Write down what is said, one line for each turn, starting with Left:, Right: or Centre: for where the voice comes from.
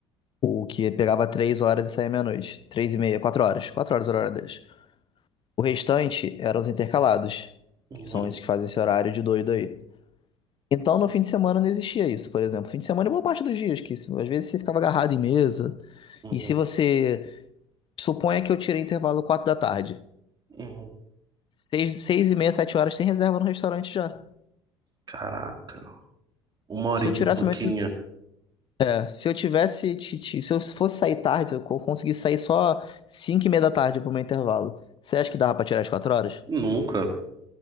Left: O que pegava três horas e saía meia-noite. Três e meia, quatro horas. Quatro horas era o horário deles. O restante eram os intercalados,
Right: Uhum,
Left: que são esses que fazem esse horário de doido aí. Então, no fim de semana não existia isso, por exemplo. Fim de semana é boa parte dos dias, que se- às vezes você ficava agarrado em mesa.
Right: uhum,
Left: E se você. Suponha que eu tirei intervalo 4 da tarde.
Right: uhum.
Left: Seis, seis e meia, sete horas tem reserva no restaurante já.
Right: Caraca. Uma horinha,
Left: Se eu tirasse
Right: pouquinho.
Left: meu. é, Se eu tivesse. ti- ti- Se eu fosse sair tarde, se eu co- conseguisse sair só cinco e meia da tarde pro meu intervalo. Você acha que dava pra tirar as quatro horas?
Right: Nunca.